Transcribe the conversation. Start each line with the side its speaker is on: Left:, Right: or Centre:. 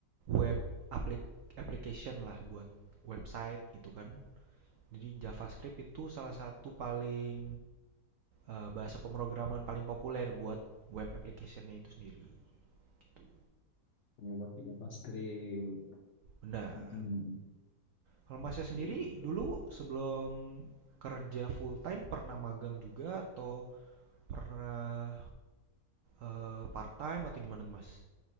Right: web aplik- application lah buat website gitu kan jadi JavaScript itu salah satu paling eh, bahasa pemrograman paling populer buat web applicationnya itu sendiri gitu
Left: Oh, Pakai JavaScript.
Right: benar
Left: Hmm, hmm, hmm.
Right: kalau masnya sendiri
Left: Iya.
Right: dulu sebelum kerja full time pernah magang juga atau pernah eh, part time atau gimana tuh mas?